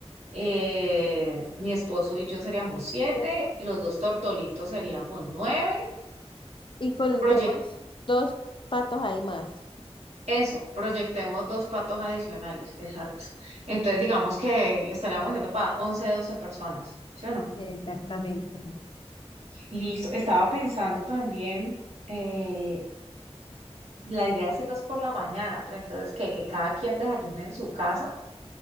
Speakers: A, on the right; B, on the left.
A: eh, mi esposo y yo seríamos siete,
B: ¿Cierto?
A: y los dos tortolitos seríamos nueve.
B: Y con
A: Proyec-
B: tenemos dos patos ahí más.
A: eso, proyectemos dos patos adicionales, exacto. Entonces digamos que estaríamos haciendo para 11, 12 personas, ¿sí o no?
B: Exactamente.
A: Listo, estaba pensando también, eh, la idea es irnos por la mañana, pero entonces que, que cada quien desayune en su casa.